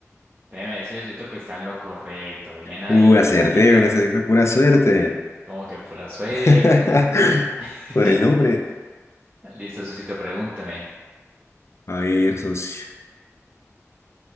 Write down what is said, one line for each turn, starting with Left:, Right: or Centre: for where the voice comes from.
Right: Déjeme decir, Sotito, que está en lo correcto. Bien ahí,
Left: Uh, acerté,
Right: Sotito.
Left: bueno, esa sí fue pura suerte.
Right: Como que pura suerte.
Left: <laughs>
Right: <laughs>
Left: Por el nombre.
Right: Listo, Sosito, pregúnteme.
Left: A ver, socio.